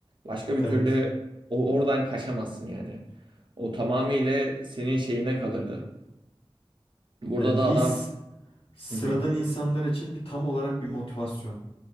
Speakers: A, on the right; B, on the left.
A: Başka bir
B: Evet.
A: türlü o oradan kaçamazsın yani. O tamamıyla senin şeyine kalırdı. Burada
B: Ya Liz
A: da adam...
B: sıradan
A: Hı hı.
B: insanlar için bir tam olarak bir motivasyon.